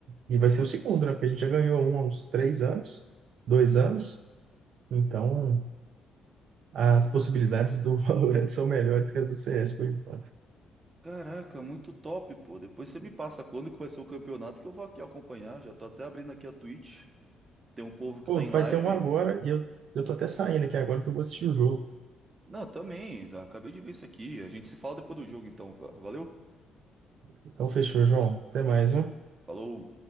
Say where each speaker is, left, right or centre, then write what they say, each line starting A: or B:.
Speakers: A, on the right; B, on the right.
A: E vai ser o segundo, né, porque a gente já ganhou um há uns três anos, dois anos, então as possibilidades do <laughs> Valorant são melhores que as do CS por enquanto.
B: Caraca, muito top, pô. Depois você me passa quando que vai ser o campeonato que eu vou aqui acompanhar. Já tô até abrindo aqui a Twitch. Tem um povo que
A: Pô,
B: tá em
A: vai
B: live.
A: ter um agora e eu, eu tô até saindo aqui agora que eu vou assistir o jogo.
B: Não, também. Acabei de ver isso aqui. A gente se fala depois do jogo, então. Valeu?
A: Então fechou, João. Até mais, viu?
B: Falou!